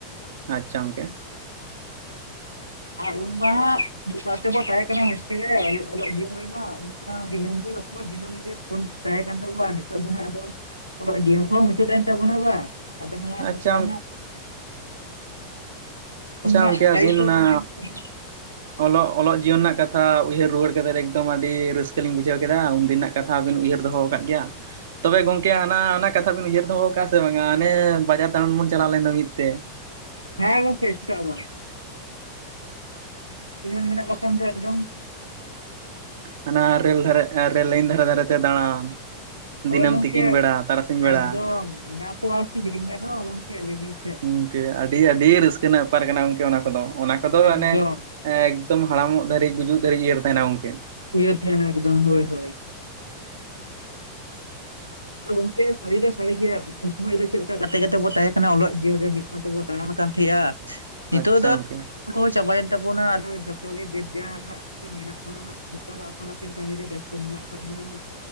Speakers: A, on the right; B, on the left.
A: ᱟᱪᱪᱷᱟ ᱜᱚᱝᱠᱮ᱾
B: ᱟᱨ ᱩᱱ ᱢᱟ ᱢᱤᱫ ᱥᱟᱶ ᱛᱮᱵᱚ ᱛᱟᱦᱮᱸ ᱠᱟᱱᱟ ᱦᱳᱥᱴᱮᱞ ᱨᱮ ᱚᱞᱚᱜ ᱡᱤᱭᱚᱱ ᱨᱮᱢᱟ ᱩᱱ ᱢᱟ ᱫᱤᱱᱟᱹᱢ ᱜᱮ ᱨᱚ ᱯᱚᱲ ᱫᱤᱱᱟᱢ ᱜᱮ ᱯᱷᱳᱱ ᱛᱟᱦᱮᱸ ᱠᱟᱱ ᱛᱟᱠᱚᱣᱟ ᱟᱨ ᱱᱤᱛᱚᱜ ᱫᱚ ᱱᱟᱦᱟᱜ ᱟᱫᱚ ᱚᱞᱚᱜ ᱡᱤᱭᱚᱱ ᱠᱚᱦᱚᱸ ᱢᱩᱪᱟᱹᱫ ᱮᱱ ᱛᱟᱵᱚᱱᱟ ᱵᱟᱝ ᱟᱫᱚ ᱦᱟᱸᱜ
A: ᱟᱪᱪᱷᱟ
B: ᱚᱱᱠᱟ ᱦᱟᱸᱜ ᱯᱷᱳᱱ
A: ᱟᱪᱪᱷᱟ
B: ᱨᱮᱱᱟᱜ
A: ᱜᱚᱝᱠᱮ
B: ᱴᱟᱭᱤᱢ
A: ᱟᱹᱵᱤᱱ
B: ᱠᱚᱦᱚᱸ
A: ᱚᱱᱟ
B: ᱵᱟᱝ ᱧᱟᱢᱚᱜ ᱠᱟᱱᱟ᱾
A: ᱚᱞᱚᱜ ᱚᱞᱚᱜ ᱡᱤᱭᱚᱱ ᱨᱮᱱᱟᱜ ᱠᱟᱛᱷᱟ ᱩᱭᱦᱟᱹᱨ ᱨᱩᱣᱟᱹᱲ ᱠᱟᱛᱮᱫ ᱮᱠᱫᱚᱢ ᱟᱹᱰᱤ ᱨᱟᱹᱥᱠᱟᱹ ᱞᱤᱧ ᱵᱩᱡᱷᱟᱹᱣ ᱠᱮᱫᱟ ᱩᱱᱫᱤᱱᱟᱜ ᱠᱟᱛᱷᱟ ᱟᱵᱤᱱ ᱩᱭᱦᱟᱹᱨ ᱫᱚᱦᱚ ᱟᱠᱟᱫ ᱜᱮᱭᱟ? ᱛᱚᱵᱮ ᱜᱚᱢᱠᱮ ᱦᱟᱱᱟ ᱦᱟᱱᱟ ᱠᱟᱛᱷᱟ ᱵᱤᱱ ᱩᱭᱦᱟᱹᱨ ᱫᱚᱦᱚ ᱠᱟᱜ-ᱟ ᱥᱮ ᱵᱟᱝᱟ ᱦᱟᱱᱮ ᱵᱟᱡᱟᱨ ᱫᱟᱬᱟᱱ ᱵᱚᱱ ᱪᱟᱞᱟᱣ ᱞᱮᱱ ᱫᱚ ᱢᱤᱫ ᱛᱮ?
B: ᱦᱮᱸ ᱜᱚᱢᱠᱮ ᱪᱮᱫᱟᱜ ᱵᱟᱝ, ᱡᱤᱭᱚᱱ ᱢᱮᱱᱟᱜ ᱵᱟ ᱠᱷᱟᱱ ᱫᱚ ᱮᱠᱫᱚᱢ,
A: ᱦᱟᱱᱟ ᱨᱮᱹᱞ ᱫᱷᱟᱨᱮ ᱨᱮᱹᱞ ᱞᱟᱭᱤᱱ ᱫᱷᱟᱨᱮ ᱫᱷᱟᱨᱮ ᱛᱮ ᱫᱟᱬᱟᱱ, ᱫᱤᱱᱟᱹᱢ
B: ᱦᱳᱭ ᱜᱚᱢᱠᱮ
A: ᱛᱤᱠᱤᱱ ᱵᱮᱲᱟ ᱛᱟᱨᱟᱥᱤᱧ ᱵᱮᱲᱟ
B: ᱮᱠᱫᱚᱢ ᱚᱱᱟ ᱠᱚ ᱟᱨᱠᱤ ᱦᱤᱲᱤᱧ ᱜᱟᱱᱚᱜ-ᱟ, ᱜᱚᱢᱠᱮ ᱞᱟᱹᱭ ᱵᱮᱱ ᱥᱮ?
A: ᱜᱚᱢᱠᱮ ᱟᱹᱰᱤ ᱟᱹᱰᱤ ᱨᱟᱹᱥᱠᱟᱹ ᱨᱮᱱᱟᱜ ᱵᱮᱯᱟᱨ ᱠᱟᱱᱟ ᱜᱚᱢᱠᱮ ᱚᱱᱟ ᱠᱚᱫᱚ ᱚᱱᱟ ᱠᱚᱫᱚ
B: ᱮᱠᱫᱚᱢ
A: ᱢᱟᱱᱮ, ᱮᱠᱫᱚᱢ ᱦᱟᱲᱟᱢᱚᱜ ᱫᱷᱟᱹᱨᱤᱡ ᱜᱩᱡᱩᱜ ᱫᱷᱟᱹᱨᱤᱡ ᱩᱭᱦᱟᱹᱨ ᱛᱟᱦᱮᱱᱟ ᱜᱚᱢᱠᱮ ᱾
B: ᱩᱭᱦᱟᱹᱨ ᱛᱟᱦᱮᱱᱟ ᱮᱠᱫᱚᱢ ᱦᱳᱭ ᱦᱳᱭ, ᱟᱫᱚ ᱜᱚᱝᱠᱮ ᱥᱟᱹᱨᱤ ᱫᱚ ᱥᱟᱹᱨᱤ ᱜᱮ ᱩᱱ ᱥᱩᱢᱟᱹᱭ ᱫᱚ ᱪᱮᱫ ᱞᱮᱠᱟ ᱜᱟᱛᱮ ᱜᱟᱛᱮ ᱵᱚ ᱛᱟᱦᱮᱸ ᱠᱟᱱᱟ ᱚᱞᱚᱜ ᱡᱤᱭᱚᱱ ᱨᱮ ᱾ ᱛᱮᱵᱚᱱ ᱫᱟᱬᱟᱱ ᱠᱟᱱ ᱛᱟᱦᱮᱸᱜ-ᱟ ᱱᱤᱛᱳᱜ
A: ᱟᱪᱪᱷᱟ
B: ᱫᱚ
A: ᱜᱚᱝᱠᱮ
B: ᱠᱚᱦᱚᱸ ᱪᱟᱵᱟᱭᱮᱱ ᱛᱟᱵᱚᱱᱟ ᱟᱫᱚ ᱡᱚᱛᱚ ᱜᱮ ᱡᱮᱡᱟᱨ ᱦᱟᱸᱜ ᱢᱮᱱᱟᱜ ᱵᱚᱱᱟ ᱦᱟᱸᱜ, ᱡᱚᱛᱚ ᱫᱚ ᱟᱯᱟᱱ ᱟᱹᱯᱤᱱ ᱠᱟᱹᱢᱤ ᱨᱮ ᱵᱮᱥᱛᱚ ᱢᱮᱱᱟᱜ ᱟᱠᱟᱫ ᱵᱚᱱᱟ ᱦᱟᱸᱜ,